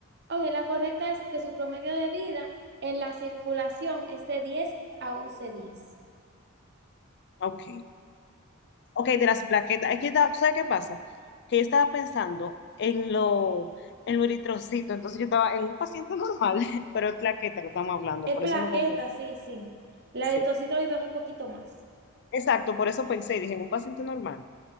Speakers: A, on the right (about 50°); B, on the left (about 50°).
A: Ok, la correcta es que su promedio de vida en la circulación es de 10 a once días.
B: Ok. Ok, de las plaquetas. Es que, ta- ¿tú sabes qué pasa? Que yo estaba pensando en lo, en lo eritrocito, entonces yo estaba en un paciente normal, <laughs> pero es plaqueta que estamos hablando,
A: Es
B: por
A: plaqueta,
B: eso me confundí.
A: sí, sí. La
B: Sí,
A: eritrocito viven un poquito más.
B: exacto, por eso pensé y dije, en un paciente normal.